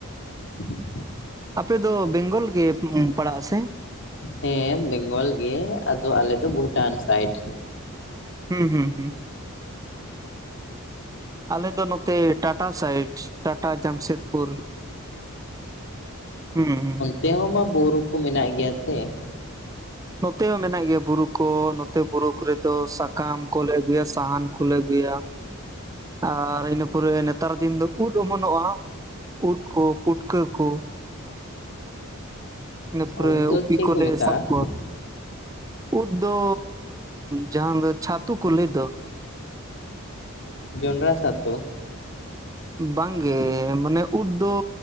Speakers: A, on the left; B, on the right.
A: <inaudible>
B: ᱟᱯᱮ ᱫᱚ ᱵᱮᱝᱜᱚᱞ ᱜᱮ ᱯᱟᱲᱟᱜ-ᱟ ᱥᱮ?
A: ᱦᱮᱸ ᱵᱮᱝᱜᱚᱞ ᱜᱮ ᱟᱫᱚ ᱟᱞᱮ ᱫᱚ ᱵᱷᱩᱴᱟᱱ ᱥᱟᱭᱤᱰ ᱾
B: ᱦᱩᱸ ᱦᱩᱸ ᱦᱩᱸ ᱟᱞᱮ ᱫᱚ ᱱᱚᱛᱮ ᱴᱟᱴᱟ ᱥᱟᱭᱤᱰ ᱾ ᱴᱟᱴᱟ ᱡᱟᱢᱥᱮᱫᱯᱩᱨ ᱦᱩᱸ ᱦᱩᱸ
A: ᱛᱮ ᱦᱚᱸᱢᱟ ᱵᱩᱨᱩ ᱠᱚ ᱢᱮᱱᱟᱜ ᱜᱮᱭᱟ ᱥᱮ
B: ᱱᱚᱛᱮ ᱦᱚᱸ ᱢᱮᱱᱟᱜ ᱜᱮᱭᱟ ᱵᱩᱨᱩ ᱠᱚ ᱱᱚᱛᱮ ᱵᱩᱨᱩ ᱠᱚ ᱨᱮᱫᱚ ᱥᱟᱠᱟᱢ ᱠᱚᱞᱮ ᱟᱹᱜᱩᱭᱟ ᱥᱟᱦᱟᱱ ᱠᱚᱞᱮ ᱟᱹᱜᱩᱭᱟ ᱾ ᱟᱨ ᱤᱱᱟᱹ ᱯᱚᱨᱮ ᱱᱮᱛᱟᱨ ᱫᱤᱱ ᱫᱚ ᱩᱫ ᱚᱢᱚᱱᱚᱜ-ᱟ ᱩᱫ ᱠᱚ ᱯᱩᱴᱠᱟᱹ ᱠᱚ ᱾ ᱤᱱᱟᱹ ᱯᱩᱨᱮ
A: ᱚᱛ ᱫᱚ
B: ᱩᱯᱤ
A: ᱪᱮᱫ
B: ᱠᱚᱞᱮ
A: ᱠᱚ ᱢᱮᱛᱟᱜᱼᱟ
B: ᱥᱟᱵ ᱠᱚᱣᱟ ᱾ ᱩᱫ ᱫᱚ ᱡᱟᱦᱟᱸ ᱫᱚ ᱪᱷᱟᱛᱩ ᱠᱚ ᱞᱟᱹᱭ ᱫᱚ ᱾
A: ᱡᱚᱱᱰᱨᱟ ᱥᱟᱛᱚ
B: ᱵᱟᱝ ᱜᱮ ᱢᱟᱱᱮ ᱩᱫ ᱫᱚ